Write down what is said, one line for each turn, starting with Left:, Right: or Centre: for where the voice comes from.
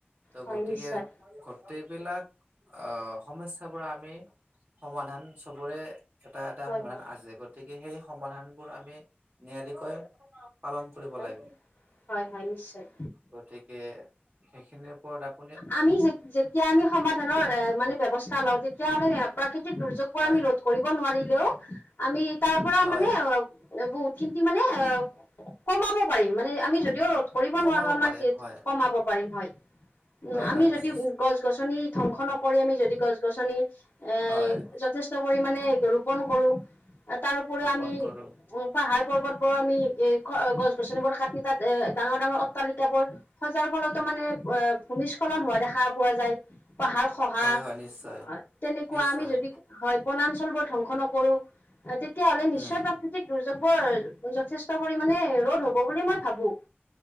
Right: ত'
Left: হয়,
Right: গতিকে
Left: নিশ্চয়,
Right: গোটেইবিলাক আহ সমস্যাবোৰ আমি সমাধান চবৰে এটা- এটা
Left: হয়,
Right: সমাধান
Left: হয়,
Right: আছে গতিক সেই সমাধানবোৰ আমি নিয়াৰিকৈ পালন কৰিব
Left: হয়,
Right: লাগে
Left: হয়, হয়, নিশ্চয়।
Right: <unintelligible> গতিকে সেইখিনিৰ ওপৰত আ
Left: আমি যে -যেতিয়া আমি সমাধানৰ এ মানে ব্যৱস্থা লওঁ তেতিয়া হ'লে প্ৰাকৃতিক দুৰ্যোগ বোৰ
Right: হয়
Left: আমি ৰোধ কৰিব নোৱাৰিলেও আমি তাৰ পৰা
Right: হয়
Left: মানে বহুত কি মানে কমাব পাৰিম মানে আমি যদিও কৰিব
Right: কমাব
Left: নোৱাৰো আমাৰ
Right: পাৰিম
Left: যিহেতু
Right: হয়
Left: কমাব পাৰিম হয়। উম,
Right: হয়
Left: আমি
Right: হয় হয়
Left: যদি
Right: নিশ্চয়
Left: গছ -গছনি ধ্বংস নক কৰি আমি যদি গছ- গছনি এ
Right: হয়
Left: যথেষ্ট পৰিমানে ৰোপন কৰো তাৰো উপৰিও
Right: ৰোপন
Left: আমি
Right: কৰো
Left: পাহাৰ পৰ্বত বোৰ আমি এ গছ -গছনিবোৰ কাটি তাত এ ডাঙৰ- ডাঙৰ অট্টালিকাবোৰ সজাৰ ফলতো মানে ৱা নিস্খলন হোৱা দেখা পোৱা যায় পাহাৰ খহা
Right: হয়
Left: অহ,
Right: হয় নিশ্চয়
Left: তেনেকুৱা
Right: নিশ্চয়
Left: আমি যদি হয় বনাঞ্চল বোৰ ধ্বংস নকৰো অহ, তেতিয়াহ'লে নিশ্চয়
Right: উম
Left: প্ৰাকৃতিক দুৰ্যোগবৰ যথেষ্ট পৰিমানে ৰদ হব বুলি মই ভাবো।